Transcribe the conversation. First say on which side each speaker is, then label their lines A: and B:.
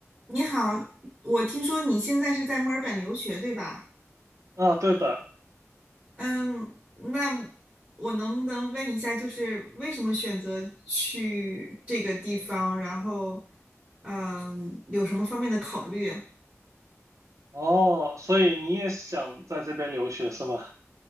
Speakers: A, on the right (about 20°); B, on the right (about 85°).
A: 你好，我听说你现在是在墨尔本留学，对吧？
B: 啊，对的，
A: 嗯，那我能不能问一下，就是为什么选择去这个地方？然后，嗯，有什么方面的考虑啊
B: 哦，所以你也想在这边留学是吗？